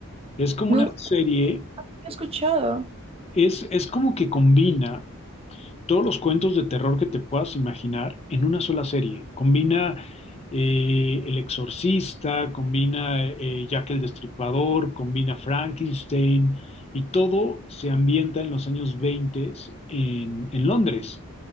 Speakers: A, on the left; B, on the right.
A: Es como
B: Nunca
A: una serie
B: lo he escuchado.
A: Es, es como que combina todos los cuentos de terror que te puedas imaginar en una sola serie. Combina eh, El Exorcista, combina eh, Jack el Destripador, combina Frankenstein y todo se ambienta en los años 20 en, en Londres.